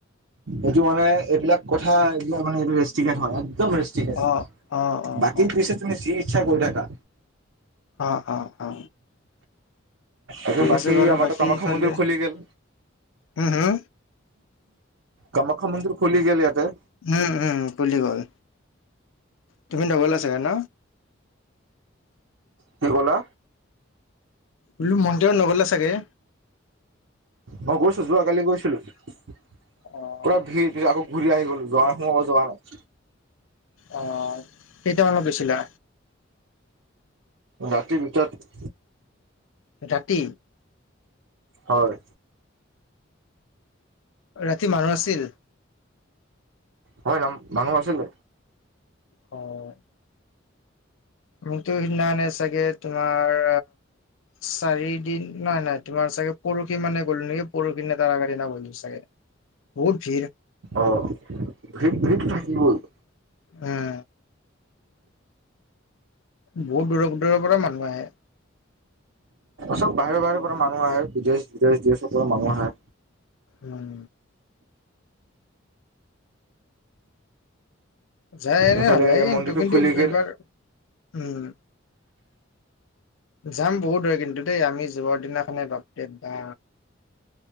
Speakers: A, on the right; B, on the left.
A: এইটো মানে এইবিলাক কথা এইবিলাক মানে এইটো ৰেষ্টিকেট হয় একদম <unintelligible> ঠিক আছে
B: অ অ অ
A: বাকী
B: অ
A: পিছে তুমি যি ইচ্ছা কৰি থাকা।
B: অ অ অ
A: এতিয়া
B: ঠিক
A: বাকী
B: আছে বাৰু।
A: আমাৰতো
B: - <unintelligible> <unintelligible>
A: কামাখ্যা মন্দিৰ খুলি গ'ল
B: উম হুম
A: কামাখ্যা মন্দিৰ খোলি গেলে ইয়াতে
B: উম উম পুলি গ'ল তুমি নগলা চাগে ন
A: কি ক'লা
B: বলো মন্দিৰত নগলা চাগে
A: মই গৈছো যোৱা কালি গৈছিলো পুৰা
B: অ
A: ভিৰ কিন্ত আকৌ ঘূৰি আহি গল যোৱাই সোমাব যোৱা নাই
B: অ কেইতামানত গৈছিলা
A: ৰাতি দুটাত
B: ৰাতি
A: হয়
B: ৰাতি মানুহ নাছিল
A: হয় নাম মানুহ আছিলে
B: অ <unintelligible> সিদিনাখানে চাগে তোমাৰ চাৰি নাই নাই তোমাৰ চাগে পৰ <unintelligible> মানে গ'ল নেকি পৰহি নে তাৰ আগৰ দিনা গ'লো চাগে বহুত ভিৰ
A: অ ভি-ভি- ভিৰ থাকিবই
B: উম বহুত দূৰৰ দূৰৰ পৰা মানুহ আহে
A: চব বাহিৰৰ বাহিৰৰ পৰা মানুহ আহে বিদেশ বিদেশ বিদেশৰ পৰা মানুহ আহে।
B: উম যায় এনে
A: এইফালে
B: ভাল লাগে
A: মন্দিৰটো
B: কিন্তু
A: খুলি গ'ল
B: এইবাৰ উম যাম বহুত হৈ কিন্তু দেই আমি যোৱাৰ দিনাখনে বাপৰে বা